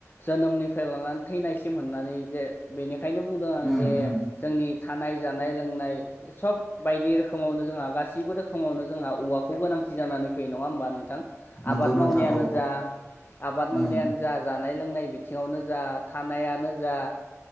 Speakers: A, on the left (about 40°); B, in the centre.
A: जोनोमनिफ्राय लानानै थैनायसिमनानै जे बेनि खायनो बुंदों आं
B: उम
A: जे
B: उम
A: जोंनि थानाय जानाय लोंनाय सब बायदि रोखो मावनो जोंहा गासैबो रोखोमावनो जोंहा औवाखौ गोनांथि जानानै फैयो नङा होमबा नोंथां आबाद
B: नंगौ नोंथां
A: मावनायानो
B: औ
A: जा आबाद मावनायानो
B: उम
A: जा जानाय लोंनाय बि थिङावनो जा थानायानो जा